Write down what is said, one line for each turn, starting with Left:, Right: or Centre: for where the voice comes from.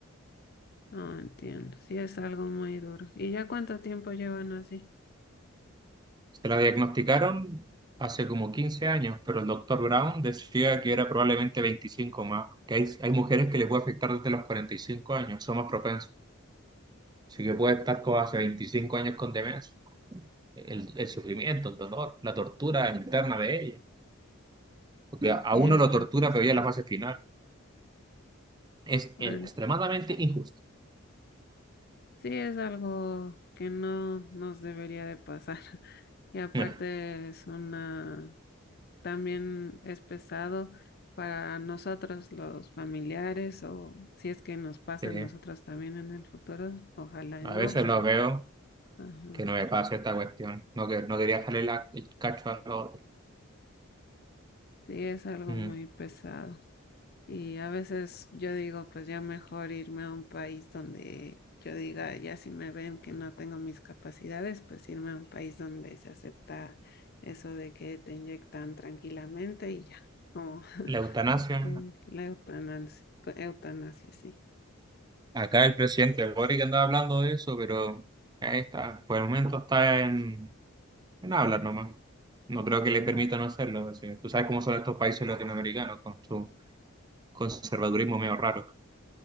Left: No entiendo, sí es algo muy duro. ¿Y ya cuánto tiempo llevan así?
Right: Se la diagnosticaron hace como 15 años, pero el doctor Brown decía que era probablemente 25 más, que hay, hay mujeres que les puede afectar desde los 45 años, son más propensas. Así que puede estar como hace 25 años con demencia. El, el sufrimiento, el dolor, la tortura interna de ella. Porque a
Left: Sí
Right: a
Left: está
Right: uno lo tortura,
Left: pesado.
Right: pero ya en la fase final. Es
Left: En-
Right: extremadamente injusto.
Left: Sí es algo que no nos debería de pasar. <laughs> Y aparte
Right: <laughs>
Left: es una también es pesado para nosotros los familiares o si es que nos pasa
Right: Sí,
Left: a nosotros también en el futuro, ojalá y
Right: a
Left: no,
Right: veces
Left: pero
Right: lo veo
Left: ajá,
Right: que no me pase esta cuestión. No, que, no quería salir la, el cacho a lo-
Left: sí es algo
Right: mm,
Left: muy pesado. Y a veces yo digo, pues ya mejor irme a un país donde yo diga, ya si me ven que no tengo mis capacidades, pues irme a un país donde se acepta eso de que te inyectan tranquilamente y ya, como <laughs>
Right: la eutanasia.
Left: yo- la eutanasia, eutanasia, sí.
Right: Acá el presidente Boric andaba hablando de eso, pero ahí está. Por el momento está en, en hablar nomás. No creo que le
Left: Ah,
Right: permitan hacerlo. así. Tú sabes cómo son estos países latinoamericanos con su conservadurismo medio raro.